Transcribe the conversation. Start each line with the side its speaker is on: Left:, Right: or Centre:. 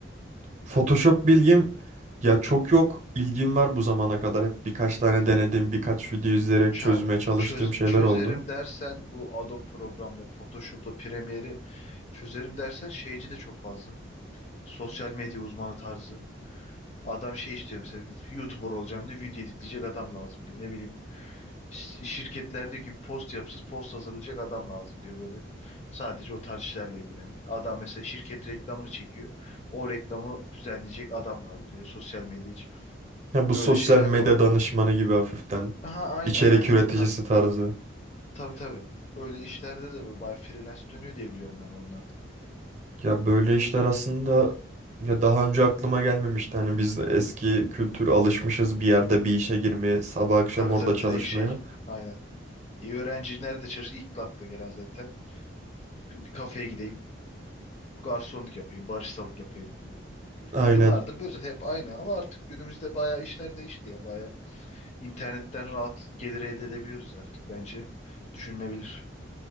Right: Photoshop bilgim ya çok yok. İlgim var bu zamana kadar. Hep birkaç tane denedim,
Left: Ay,
Right: birkaç video izleyerek
Left: ça-
Right: çözmeye çalıştığım
Left: çöz,
Right: şeyler
Left: çözerim
Right: oldu.
Left: dersen bu Adobe programları, Photoshop'la Premiere'i çözerim dersen şeyci de çok fazla. Sosyal medya uzmanı tarzı. Adam şey istiyor mesela YouTuber olacağım diye video editleyecek adam lazım diyor. Ne bileyim şi- şirketler diyor ki post yapsız post hazırlayacak adam lazım diyor böyle. Sadece o tarz işlerle ilgilenen. Adam mesela şirket reklamını çekiyor. O reklamı düzenleyecek adam lazım diyor. Sosyal medya için.
Right: Ya bu
Left: Öyle
Right: sosyal
Left: şeyler
Right: medya
Left: de olabilir.
Right: danışmanı gibi hafiften.
Left: Aha aynen
Right: içerik
Left: aynen
Right: üreticisi
Left: o tarz.
Right: tarzı.
Left: Tabii tabii. Öyle işlerde de böyle bayağı freelance dönüyor diye biliyorum ben onlarda.
Right: Ya böyle işler aslında ya daha önce aklıma gelmemişti. Hani biz de eski kültür alışmışız bir yerde bir işe girmeye, sabah akşam
Left: Tabii
Right: orada
Left: tabii
Right: çalışmaya.
Left: direkt şey aynen. İyi öğrenci nerede çalışır ilk akla gelen zaten. Bir kafeye gideyim. garsonluk yapayım, baristalık yapayım oluyor.
Right: Aynen.
Left: Yıllardır böyle hep aynı ama artık günümüzde bayağı işler değişti ya. Bayağı internetten rahat gelir elde edebiliyoruz artık. Bence düşünülebilir.